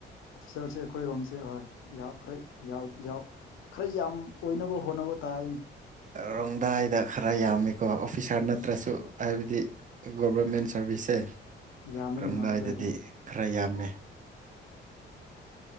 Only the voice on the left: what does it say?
ꯑꯣꯐꯤꯁꯥꯔꯁꯦ ꯑꯩꯈꯣꯏꯔꯣꯝꯁꯦ ꯍꯣꯏ ꯌꯥꯎ ꯈꯔ ꯌꯥꯎ ꯌꯥꯎ ꯈꯔ ꯌꯥꯝ ꯑꯣꯏꯅꯕ ꯍꯣꯠꯅꯕ ꯇꯥꯏꯅꯦ
ꯌꯥꯝꯃꯅꯤ
ꯍꯣꯏ ꯑꯗꯨꯋꯥꯏꯗ